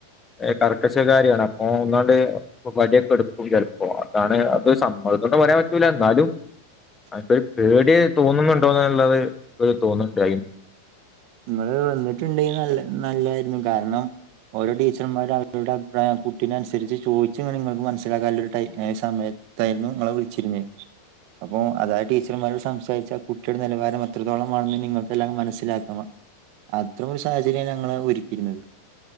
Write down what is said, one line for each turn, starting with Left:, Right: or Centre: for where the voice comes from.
Left: ഏഹ് കർക്കശക്കാരിയാണ് അപ്പൊ ഒന്നാണ്ട് <unintelligible> വടിയൊക്കെ എടുക്കും ചെലപ്പോ അതാണ് അത് സമ്മർദ്ദോന്ന് പറയാൻ പറ്റൂല്ല എന്നാലും <unintelligible> പേടിയായി തോന്നുന്നുണ്ടോന്ന്ള്ളത് ഇപ്പയ് തോന്ന്ണ്ടായി
Right: ഇങ്ങള് വന്ന്ട്ട്ണ്ടെങ്കി നല്ല നല്ലായിരുന്നു കാരണം ഓരോ ടീച്ചർമാരും അവരുടെ അഭിപ്രായം കുട്ടിനെനുസരിച്ച് ചോയിച്ച് ഇങ്ങനെ ഇങ്ങള്ക്ക് മനസിലാക്കാല്ലൊര് ടൈ ഏഹ് സമയ തായിരുന്നു ഇങ്ങളെ വിളിച്ചിരുന്നേ അപ്പൊ അതായത് ടീച്ചർമാരോട് സംസാരിച്ച ആഹ് കുട്ടിയുടെ നിലവാരം അത്രത്തോളംമാണെന്ന് നിങ്ങൾക്ക് എല്ലാം മനസ്സിലാക്കാം. അത്ര ഒരു സാഹചര്യ ഞങ്ങള് ഒരുക്കിയിരുന്നത്.